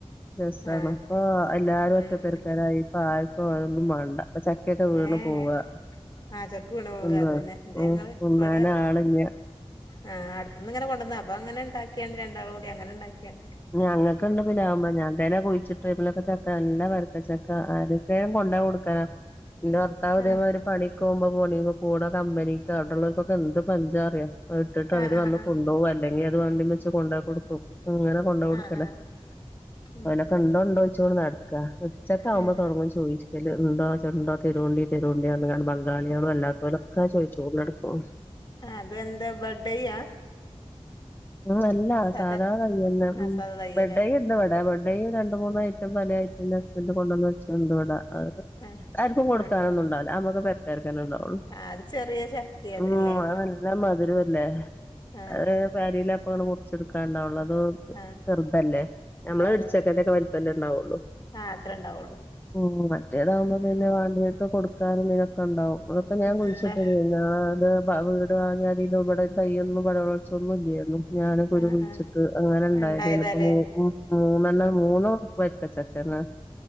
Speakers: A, on the left (about 15°); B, on the left (about 40°).
A: രസാണ്
B: ആഹ്
A: ഇപ്പോ എല്ലാരും ഒറ്റപ്പെരക്കാരായി
B: ഉം ഉം
A: ഇപ്പ ആര്ക്കും അഒന്നും മാണ്ട. ഇപ്പ ചക്കക്കെ വീണ്
B: ഏഹ്
A: പോവാ.
B: ആഹ് ചക്ക് വീണ് പോവാ
A: തിന്നാ
B: അതന്നെ. ഇത്
A: ഉം
B: ഞങ്ങള്
A: തിന്നാന്
B: വടെ
A: ആളില്ല
B: ആഹ് അടുത്ത്ന്ന് ഇങ്ങനെ കൊണ്ടന്ന് അപ്പ അങ്ങനെ ഇണ്ടാക്ക്യാണ്ട് രണ്ടാളും കൂടി അങ്ങനെ ഇണ്ടാക്ക്യാണ്ട്.
A: ഞങ്ങക്ക്ണ്ട് പിലാഹ്മ്മെ ഞാ തന്നെ കുഴിച്ചിട്ടേമലൊക്കെ ചക്ക നല്ല വല് ക്കചക്ക ആരൊക്കെ കൊണ്ടോയി കൊടുക്കാനാ. ഇന്റെ ഭർത്താവ് ഇതേമായ്രി
B: ആഹ്
A: ഒരു പണിക്കോവുമ്പം <unintelligible> കൂടെ കമ്പനിക്ക അവിടെള്ളോർക്കൊക്കെന്ത് പഞ്ചാറിയോ? ഇട്ടിട്ടവര്
B: ആഹ് ആഹ്
A: വന്ന്
B: ആഹ്
A: കൊണ്ടോവും ടങ്കി അത് വണ്ടിമെച്ച് കൊണ്ടോയി കൊടുക്കും ഇങ്ങനെ കൊണ്ടോയി കൊടുക്കലാ.
B: ആഹ് ആഹ് ഉം
A: ഓലൊക്കെ
B: ഉം
A: ഇണ്ടോ, ഇണ്ടോയ്ച്ച്ങ്ങോണ്ട് നട്ക്കാ ഇടിച്ചക്കാവുമ്പോ
B: ഉം
A: തൊടങ്ങും ചോയി <unintelligible> ഇണ്ടോ ചെണ്ടോ തെരോണ്ടി. തരോണ്ടി പർഞ്കാണ്ട് ബംഗാള്യേളും അല്ലാത്തോലൊക്കെ അത് ചോയിച്ചുകോണ്ടട്ക്കും.
B: അതെന്താ ബഡ്ഡെയ്യാ?
A: ഉം അല്ല
B: സാദാ
A: സാധാ തയ്യെന്നെ
B: ആഹ്
A: ഉം
B: സാദാ തയ്യല്ലേ
A: ബസ്സയ് ഇണ്ടിവടെ ബഡ്ഡയ് ഒര ണ്ട് മൂന്ന് ഐറ്റം പല ഐറ്റം ഇൻ്റെ ഹസ്ബൻഡ് കൊണ്ടന്നു വച്ചത്ണ്ട് ഇവടെ.
B: ആഹ്
A: ആർക്കും കൊടുക്കാനൊന്നും
B: ആഹ് ആഹ്
A: ഉണ്ടാവൂല്ല അത് ഞമ്മക്ക് പെരക്കാർക്കെന്നെ ഇണ്ടാവുള്ളു.
B: ആഹ് അത് ചെറിയ ചക്കയാ
A: ഉം
B: അതല്ലേ
A: അത് നല്ല മധുരു അല്ലേ?
B: ആഹ്
A: അഹ്
B: ആഹ്
A: പേരീലപ്പങ്ങട്ട് മുറിച്ച്ട്ക്കാണ്ടാവൊള്ളൂ അത്
B: ആഹ്
A: ചെർതല്ലേ ഞമ്മളെ
B: അതെ
A: ഇടിച്ചക്കന്റൊക്കെ വൽപ്പല്ലെ ണ്ടാവുള്ളു.
B: ആഹ് അത്ര ഉണ്ടാവുള്ളൂ
A: ഉം മറ്റേതാവുമ്പം
B: ഉം
A: പിന്നെ
B: ഉം
A: വാണ്ട്യോര്ക്ക് കൊടുക്കാനും തിനൊക്കെണ്ടാവും. അതൊക്കെ ഞാൻ
B: ഉം
A: കുഴിച്ചിട്ടതേനി.
B: ഇതാ
A: ഞാ അത് വീട് വാങ്ങിയ അതിനു ഇബടെ ഒര് തയ്യൊന്നും <unintelligible> ച്ചൊന്നുല്ല്യേന്നു ഞാന് കുരു
B: ആഹ്
A: കുയ്ച്ചിട്ട്
B: ആഹ്
A: അങ്ങനെ ഇണ്ടായതേന്
B: ഉണ്ടായതാല്ലേ
A: ഇപ്പ മൂ മു മൂന്നെണ്ണം മൂന്നും വരിക്കച്ചക്കല്ലെ